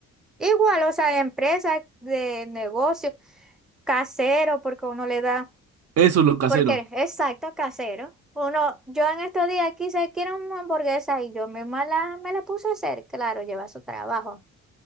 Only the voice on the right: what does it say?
Eso, lo casero.